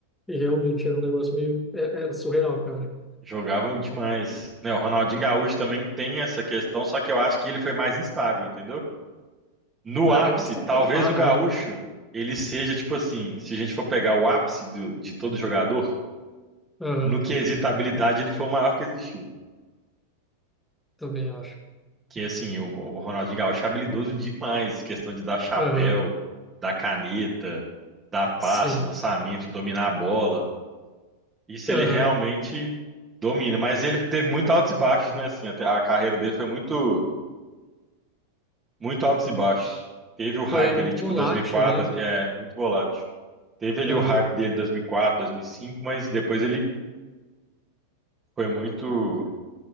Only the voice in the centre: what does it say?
e realmente era um negócio meio. é- Era surreal, cara.
Ah,
ele gostava
da farra,
né?
Aham,
também acho.
Aham,
sim.
Aham.
Foi muito
volátil,
né?
Aham.